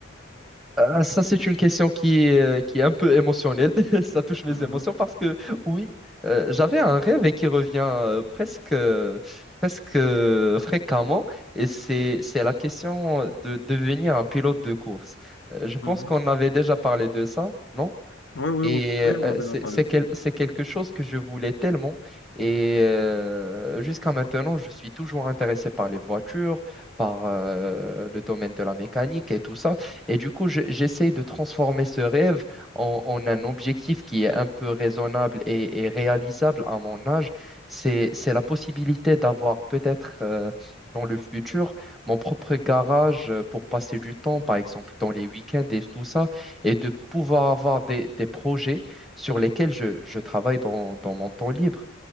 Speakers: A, in the centre; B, on the left.
A: Ah, ça, c'est une question qui est, euh, qui est un peu émotionnelle. <laughs> Ça touche mes
B: Mhm,
A: émotions parce que, oui, euh, j'avais un rêve et qui revient euh, presque, euh, presque euh, fréquemment. Et c'est, c'est la question de devenir un pilote de course. Euh, je pense
B: mhm.
A: qu'on avait déjà parlé de ça, non?
B: Oui, oui,
A: Et
B: oui, oui, on
A: euh,
B: a déjà
A: c'est
B: parlé
A: c'est
B: de ça.
A: quel- c'est quelque chose que je voulais tellement. Et euh, jusqu'à maintenant, je suis toujours intéressé par les voitures, par euh, le domaine de la mécanique et tout ça. Et du coup, je- j'essaie de transformer ce rêve en, en un objectif qui est un peu raisonnable et, et réalisable à mon âge. C'est, c'est la possibilité d'avoir peut-être... euh, dans le futur, mon propre garage euh, pour passer du temps, par exemple dans les week-ends et tout ça, et de pouvoir avoir des, des projets sur lesquels je, je travaille dans, dans mon temps libre.